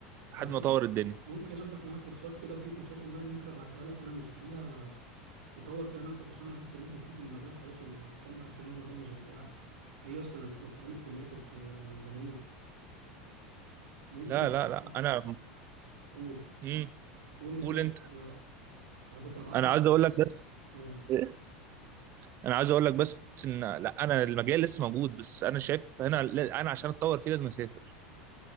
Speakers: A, on the right; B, on the right.
A: لحد
B: طب مم-
A: ما اطور الدنيا
B: ممكن اخدك معايا كورسات كده في كورسات اونلاين ممكن ابعتها لك انا مشتريها تطور فيها نفسك عشان أنا لاحظت ان انت نسيت المجال خلاص وبقيت بتتكلم على أساس ان هو مجال مش بتاعك ايه اصلا انت كنت عامل كلية كنت يعني جميل ممكن
A: لا
B: أبعت
A: لا لا
B: لك-
A: انا
B: قول
A: امم
B: قول انت
A: قول
B: ليه طيب
A: انت
B: انا كنت ابعت
A: انا
B: لك
A: عايز اقول لك بس
B: اه
A: إيه؟ انا عايز اقول لك بس ان لا انا المجال لسه موجود بس انا شايف هنا لا، انا عشان اتطور فيه لازم اسافر